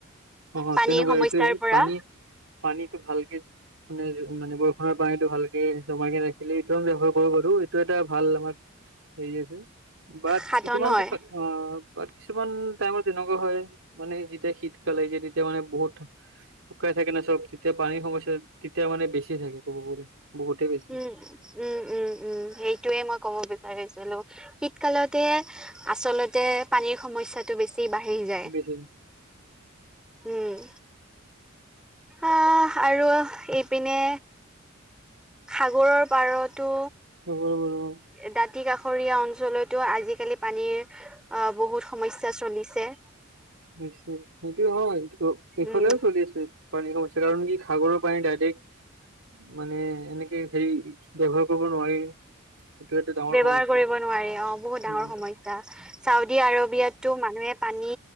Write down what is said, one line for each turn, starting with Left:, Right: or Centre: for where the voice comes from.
Right: অ অ
Centre: পানীৰ
Right: তেনেকুৱাই
Centre: সমস্যাৰ
Right: এইটোয়ে
Centre: পৰা
Right: পানী পানীটো ভালকে মানে, মানে বৰষুণৰ পানীটো ভালকে জমাই কে ৰাখিলে, এইটো ব্যৱহাৰ কৰিব পাৰো, এইটো এটা ভাল আমাৰ হেৰি আছে বাট
Centre: সাধন
Right: কিছুমান
Centre: হয়
Right: অ বাত কিছুমান টাইমত তেনেকুৱা হয় মানে যেতিয়া শীতকাল আহিছে তেতিয়া মানে বহুত শুকাই থাকে না, চব, তেতিয়া পানীৰ সমস্যা তেতিয়া মানে বেছি থাকে ক'ব গলে বহুতে বেছি
Centre: উম উম উম উম উম সেইটোৱে মই ক'ব বিছাৰিছিলোঁ, শীতকালতে আচলতে পানীৰ সমস্যাটো বেছি বাঢ়ি যায়।
Right: বেছি
Centre: উম আহ আৰু এইপিনে সাগৰৰ পাৰতো
Right: ৰব- ৰব- ৰব।
Centre: দাঁতি কাষৰীয়া অঞ্চলতো আজিকালি পানীৰে অ বহুত সমস্যা চলিছে
Right: <unintelligible> সেইটো হয় <unintelligible> এইফালেও
Centre: উম
Right: চলি আছে। পানী কমিছে কাৰণ কি সাগৰৰ পানী ডাইৰেক্টৰ মানে এনেকে সেই, ব্যৱহাৰ কৰিব নোৱাৰি। সেইটো এটা ডাঙৰ
Centre: ব্যৱহাৰ
Right: সমস্যা।
Centre: কৰিব নোৱাৰি। অ' বহুত ডাঙৰ
Right: উম,
Centre: সমস্যা! চাউডি আৰবিয়াটো মানুহে পানী